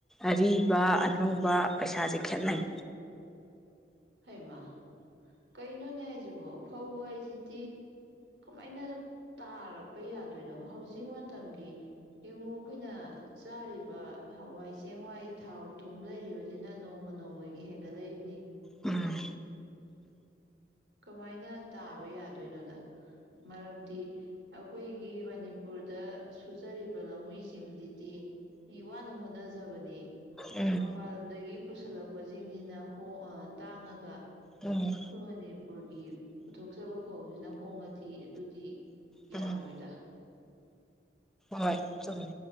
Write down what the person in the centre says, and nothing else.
ꯑꯔꯤꯕ ꯑꯅꯧꯕ ꯄꯩꯁꯥꯁꯦ ꯈꯦꯠꯅꯩ
ꯎꯝ
ꯎꯝ
ꯎꯝ
ꯎꯝ
ꯍꯣꯏ ꯆꯨꯝꯃꯦ